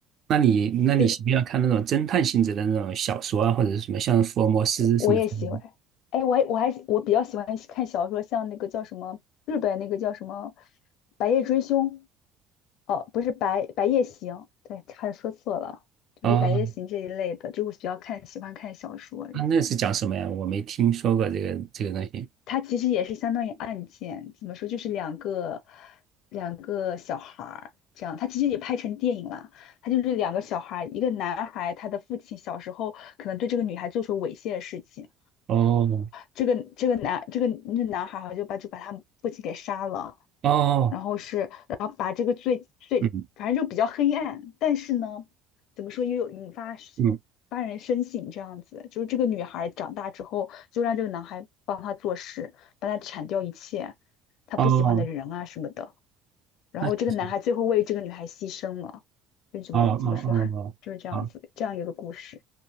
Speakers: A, on the right; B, on the left.
A: 那你那你喜不喜欢看那种侦探性质的那种小说啊，
B: 就
A: 或者是什么像福尔摩斯什么之类的？
B: 我也喜欢。哎，我还我还我比较喜欢看小说，像那个叫什么日本那个叫什么《白夜追凶》。哦，不是白白夜行，对，差点说错了，就是白夜行这一类的，
A: 哦，
B: 就是我比较看喜欢看小说，
A: 啊，那是讲什么呀？我没听说过这个这个东西。
B: 它其实也是相当于案件，怎么说，就是两个两个小孩儿这样，它其实也拍成电影了，它就是两个小孩儿，一个男孩，他的父亲小时候可能对这个女孩做出猥亵的事情，
A: 哦
B: 这个这个男这个那男孩好像就把就把他父亲给杀了。
A: 哦，
B: 然后是，然后把这个最最，
A: 嗯
B: 反正就比较黑暗，但是呢，怎么说也有引发是发人深省这样子。
A: 嗯
B: 就是这个女孩长大之后，就让这个男孩帮她做事，帮她铲掉一切她不喜欢的人啊什么的。
A: 哦，
B: 然后这个男孩最后为这个女孩牺牲了，
A: 那其实
B: 就怎么怎么说，
A: 哦哦哦
B: <laughs> 就是这样子，
A: 哦，哦，
B: 这样一个故事，